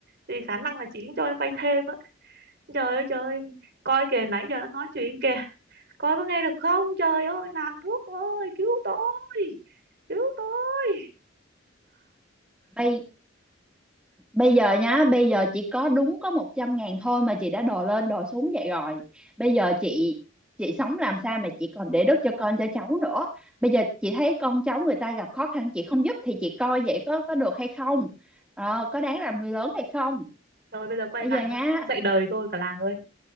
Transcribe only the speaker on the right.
thì khả năng là chị cũng cho em vay thêm á. Trời ơi trời, ơi, coi kìa nãy giờ nó nói chuyện kìa, coi có nghe được không? Trời ơi, làng thuốc ơi, cứu tôi, cứu tôi.
Rồi bây giờ quay
lại
nó dạy đời tôi cả làng ơi.